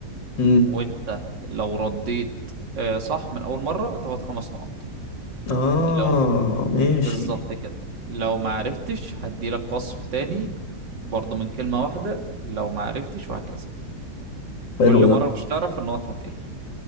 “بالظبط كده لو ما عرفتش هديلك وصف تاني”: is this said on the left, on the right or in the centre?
Right